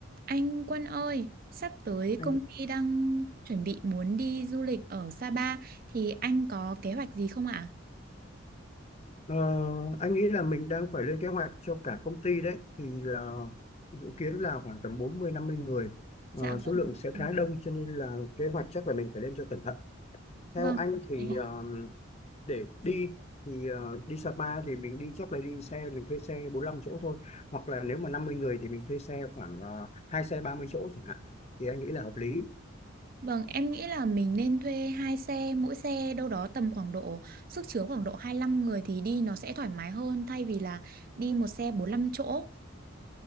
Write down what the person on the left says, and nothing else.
anh
ờ, anh nghĩ là mình đang phải lên kế hoạch cho cả công ty đấy thì là dự kiến là khoảng tầm bốn mươi năm mươi người
Ờ, số
lượng sẽ khá đông cho nên là kế hoạch chắc là mình phải lên cho cẩn thận theo
anh thì
ờ, để đi thì ờ, đi Sapa thì mình đi chắc là đi xe mình thuê xe bốn lăm chỗ thôi hoặc là nếu mà 50 người thì mình thuê xe khoảng uh, 2 xe 30 chỗ chẳng hạn thì anh nghĩ là hợp lý